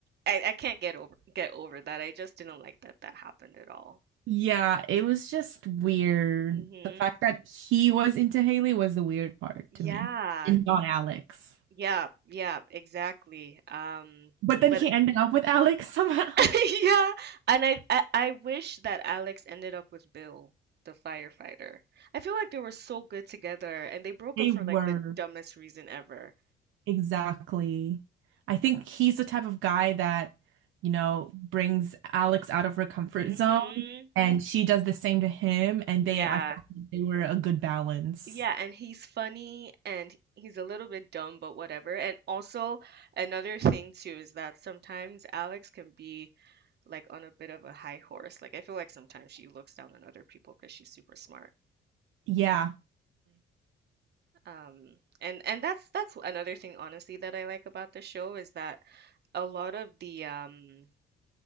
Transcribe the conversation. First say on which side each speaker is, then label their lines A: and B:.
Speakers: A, on the right; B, on the right.
A: I, I can't get over get over that. I just didn't like that that happened at all.
B: Yeah, it was just weird.
A: hmm
B: The fact that he was into Haley was the weird part
A: Yeah.
B: to me, and not Alex.
A: Yeah, yeah, exactly. Um,
B: But then
A: but
B: he ended up with Alex somehow.
A: <laughs>
B: <laughs>
A: Yeah, and I, I I wish that Alex ended up with Bill, the firefighter. I feel like they were so good together and they broke
B: They
A: up for
B: were.
A: like the dumbest reason ever.
B: Exactly. I think he's the type of guy that, you know, brings Alex out of her comfort
A: Mm-hmm.
B: zone, and she does the same to him, and
A: Yeah.
B: they, I felt like they were a good balance.
A: Yeah, and he's funny and he's a little bit dumb, but whatever. And also another thing too is that sometimes Alex can be like on a bit of a high horse. Like I feel like sometimes she looks down on other people because she's super smart.
B: Yeah,
A: Um, and and that's that's another thing honestly that I like about the show is that a lot of the um